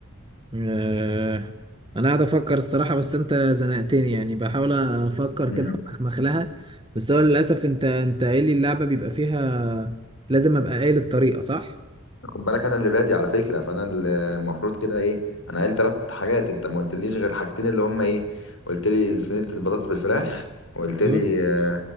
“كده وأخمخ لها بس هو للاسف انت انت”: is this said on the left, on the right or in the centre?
Right